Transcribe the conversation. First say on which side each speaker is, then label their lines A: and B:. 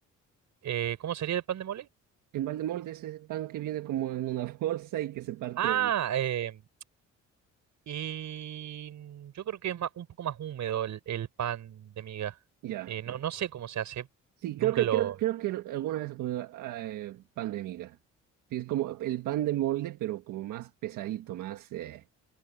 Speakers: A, on the right; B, on the right.
A: eh, ¿cómo sería el pan de mole?
B: El pan de molde es ese pan que viene como en una <laughs> bolsa y que se parte
A: Ah,
B: en...
A: eh, y mm, yo creo que es ma- un poco más húmedo el, el pan de miga.
B: Ya.
A: Eh, no, no sé cómo se hace,
B: Sí,
A: nunca
B: creo que,
A: lo...
B: creo, creo que alguna vez he comido eh, pan de miga. Sí, es como el pan de molde, pero como más pesadito, más... eh,